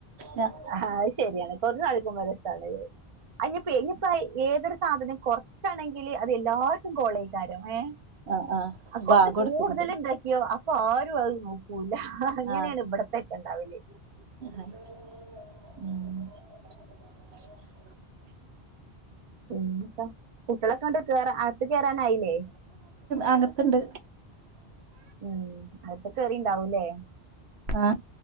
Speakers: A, on the right; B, on the right.
A: ഞ
B: ആഹ് അത് ശരിയാണ്. കൊറ്ച്ച് താൾക്കിമ്പം രസാണ്‌. അയ്ന്പ്പ ഇഞ്പ്പ ഏതൊരു സാധനം കൊറ് ച്ചാണെങ്കില് അത് എല്ലാർക്കും കോളേക്കാരം ഏ.
A: ആഹ് ആഹ്
B: ആ കൊറ്ച്ച്
A: ബാങ്ക് കൊടുക്കുന്നുണ്ട്
B: കൂടുതല് ഇണ്ടാക്കിയോ ഇപ്പ ആരും അത് നോക്കൂല. അങ്ങനെയാണ്
A: ആഹ്
B: ഇബട്ത്തെക്കെ ഇണ്ടാവല്.
A: <unintelligible>
B: ഉം
A: <inaudible>
B: പിന്നെ കുട്ട്യേളൊക്കെ കൊണ്ട് കേറ അകത്ത് കേയറാനായില്ലെ
A: അങ്ങത്ത് ഇണ്ട്
B: ഉം ഔത്ത്ക്കേറീണ്ടാവുലേ.
A: ആഹ്